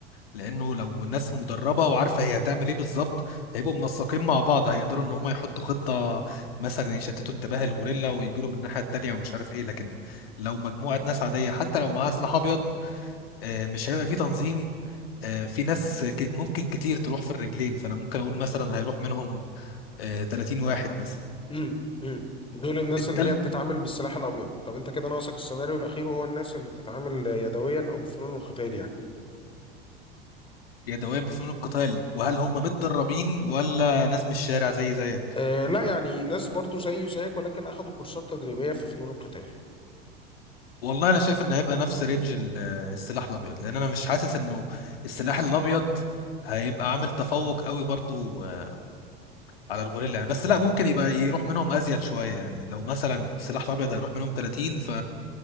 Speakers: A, on the left; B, on the left.
A: لانه لو ناس مدربه وعارفه هي هتعمل ايه بالظبط هيبقوا منسقين مع بعض هيقدروا ان هم يحطوا خطه مثلا يشتتوا انتباه الغوريلا ويجوا له من الناحيه التانيه ومش عارف ايه لكن لو مجموعه ناس عاديه حتى لو معاها سلاح ابيض آه، مش هيبقى في تنظيم آه، في ناس ك- ممكن كتير تروح في الرجلين فانا ممكن اقول مثلا هيروح منهم آه، 30 واحد مثلا
B: امم امم دول الناس
A: التلج
B: اللي هي بتتعامل بالسلاح الابيض طب انت كده ناقصك السيناريو الاخير وهو الناس اللي بتتعامل يدويا او بفنون القتال يعني
A: يدويا بفنون القتال وهل هم متدربين ولا ناس من الشارع زي زيك
B: آه لا يعني ناس برضو زيي وزيك ولكن اخذوا كورسات تدريبية في فنون القتال
A: والله انا شايف ان هيبقى نفس رينج ال- السلاح الابيض لان انا مش حاسس انه السلاح الابيض هيبقى عامل تفوق قوي برضو آه، على الغوريلا يعني بس لا ممكن يبقى يروح منهم ازيد شويه يعني لو مثلا السلاح الابيض هيروح منهم 30 ف